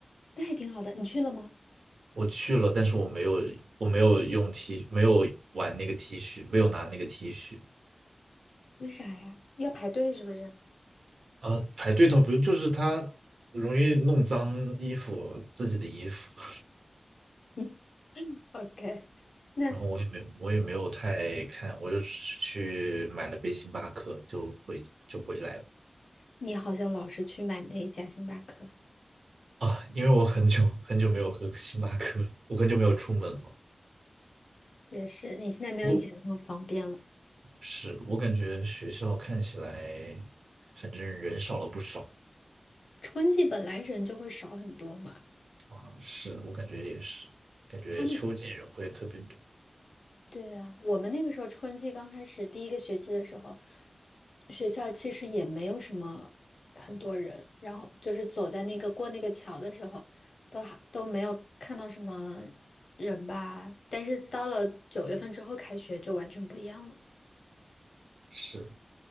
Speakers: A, on the left; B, on the right.
A: 那还挺好的，你去了吗？
B: 我去了，但是我没有，我没有用 T，没有玩那个 T 恤，没有拿那个 T 恤。
A: 为啥呀？要排队是不是
B: 啊，排队倒不用，就是他容易弄脏衣服，自己的衣服。<laughs>
A: <laughs>？OK，那
B: 然后我也没，我也没有太看，我就只是去买了杯星巴克，就回就回来了。
A: 你好像老是去买那一家星巴克，
B: 啊，因为我很久很久没有喝星巴克了我很久没有出门了。
A: 也是，你现在没有以前那么方便了。
B: 不过是我感觉学校看起来，反正人少了不少
A: 春季本来人就会少很多嘛，
B: 啊。是我感觉也是，感觉秋季人会特别多。
A: 他们对啊，我们那个时候春季刚开始第一个学期的时候，学校其实也没有什么很多人，然后就是走在那个过那个桥的时候，都还都没有看到什么人吧。但是到了九月份之后开学就完全不一样了，
B: 是